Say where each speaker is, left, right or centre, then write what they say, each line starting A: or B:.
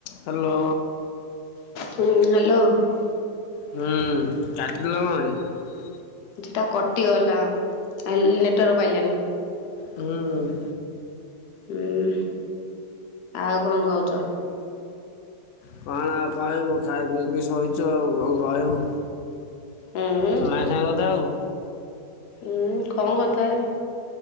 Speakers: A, on the left; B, on the left.
A: ହାଲୋ।
B: ହୁଁ <unintelligible>
A: ହୁଁ। କାଟି ଦେଲ କଅଁପ
B: ଇଠିତ କଟିଗଲା ହାଲ୍ ନେଟୱାର୍କ ପାଇଲାନି।
A: ହଁଉଁ।
B: ହୁଁ ଆଉ କଣ କହୁଚ?
A: କଣ ଆଉ କହିବୁ ଖାଇ ପିଇକି ଶୋଇଚୁ ଆଉ କଣ କହିବୁ?
B: ହୁଁ
A: ତୋ ମାଇଁ ସାଙ୍ଗେ କଥା ହବୁ।
B: ଉଁ କଅଁ କଥା ହେବି?